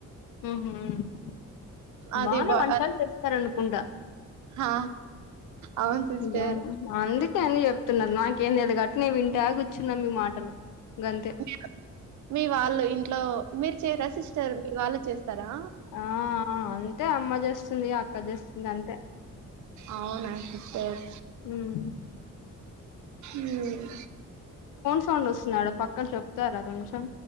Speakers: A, on the left; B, on the right.
A: ఉహూబానే
B: అది బా
A: వంటలు చేస్తారు అను కుంట
B: హా అవును సిస్టర్
A: ఇగ అంది కానీ చెప్తున్నారు నాకేం తెలీదు అట్లనే వింటా కూర్చున్నా మీ మాటలు గంతే
B: మీ మీ వాళ్ళు ఇంట్లో మీరుచెయ్యరా సిస్టర్ మీ వాళ్ళు చేస్త తరా
A: ఆ ఆ అంతే అమ్మ చేస్తుంది అక్క చేస్తుంది అంతే
B: అవునా సిస్టర్
A: ఉమ్
B: హుమ్
A: తాలు వస్తున్నాడు పక్కన చెప్తారా కొంచెం